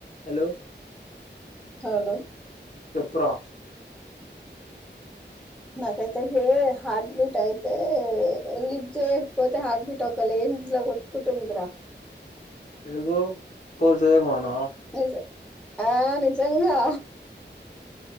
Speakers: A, on the left; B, in the centre.
A: Hello
B: hello
A: చెప్పురా
B: నాకైతే అసలు హార్ట్ బీట్ అయితే లిప్ చేయకపోతే హార్ట్ బీట్ ఒక రేంజ్ లో కోట్ కుటుంద్ర
A: ఎందుకు పోజెమన
B: నిజ ఆ నిజంగా